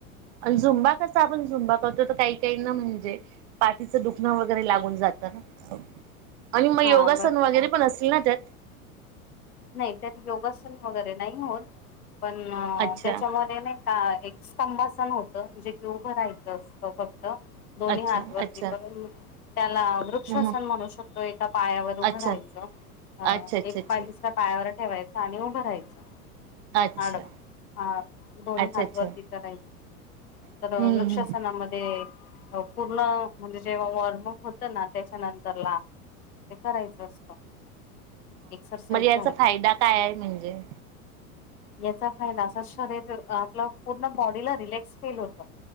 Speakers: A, on the right; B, on the left.
A: अन झुंबा आपण झुबा करतो तर काही काही म्हणजे पाठीच दुखणं वगैरे लागून जात ना आणि मग योगासन
B: हा बरोबर.
A: वगैरे पण असतील ना त्यात.
B: नाही त्यात योगासन वगैरे नाही होत. पण
A: अच्छा
B: त्याच्यामध्ये नाही का एक स्तंभ त जे की उभं राहायचं असतं फक्त. दोन्ही
A: अच्छा
B: हात वरती
A: अच्छा
B: करून त्याला वृक्षासन
A: हम्म
B: म्हणू शकतो. एका पायावर उभं
A: अच्छा
B: राहायचं अ
A: अच्छा अच्छा
B: एक
A: अच्छा
B: पाय दुसरा त्यावर ठेवायच आणि उभं राहायचं.
A: अच्छा
B: आडवा अ दोन्ही
A: अच्छा
B: हात
A: अच्छा
B: वरती करायच तर
A: हम्म
B: वृक्षासनामध्ये
A: हम्म
B: पूर्ण म्हणजे जेव्हा वॉर्मप होतं ना त्याच्या नंतरला ते करायचं असतं एक्सरसाईज.
A: त्याचा फायदा काय आहे. म्हणजे?
B: याचा फायदा असा शरीर आपलं पूर्ण बॉडीला रिलॅक्स फील होत.